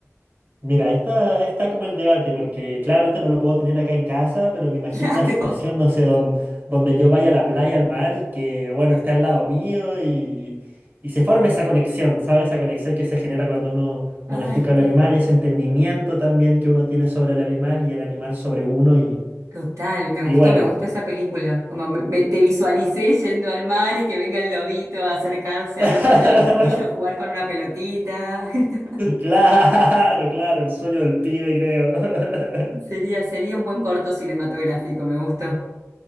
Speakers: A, on the right (about 35°); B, on the right (about 70°).
A: Mira, ahí está, ahí está como el debate, porque claramente no lo puedo tener acá en casa, pero me imagino
B: <laughs> Claro.
A: una situación, no sé, donde, donde yo vaya a la playa, al mar y que, bueno, esté al lado mío y, y se forme esa conexión, ¿sabes? Esa conexión que se genera cuando uno
B: Ahí
A: domestica
B: está.
A: al animal, ese entendimiento también que uno tiene sobre el animal y el animal sobre uno
B: Total, me
A: Y
B: gustó,
A: bueno.
B: me gustó esa película. Como me- me- te visualicé yendo al mar y que venga el lobito a acercarse
A: <laughs>
B: al, al lado tuyo, jugar con una pelotita. <laughs>
A: Claro, claro, el sueño del pibe, creo. <laughs>
B: Sería, sería un buen corto cinematográfico, me gustó.